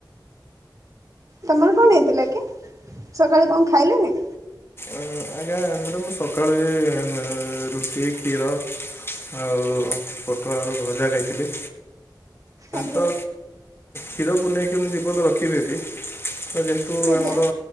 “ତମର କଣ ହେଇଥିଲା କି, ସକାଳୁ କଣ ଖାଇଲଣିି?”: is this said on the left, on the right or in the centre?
Right